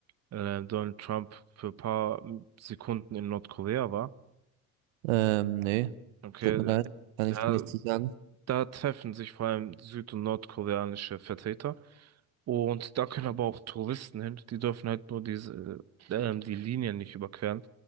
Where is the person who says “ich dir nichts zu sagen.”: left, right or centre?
Right